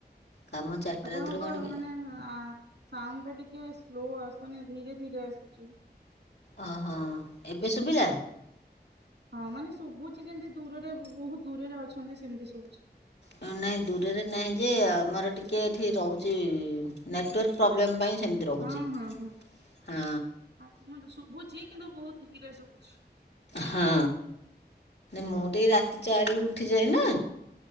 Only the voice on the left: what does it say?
କାମ ଚାରିଟା
ରାତିରୁ କଣ
କି
ଓହୋ ଏବେ ଶୁଭିଲା।
ନାଇଁ ଦୂରରେ ନାହିଁ ଯେ ଆମର ଟିକେ ଏଠି ରହୁଛି ନେଟୱାର୍କ ପ୍ରୋବ୍ଲେମ ପାଇଁ। ସେମିତି ରହୁଛି।
ହଁ
ହଁ ମୁଁ ତ ଏ ରାତି ଚାରି ଉଠିଯାଏ ନା।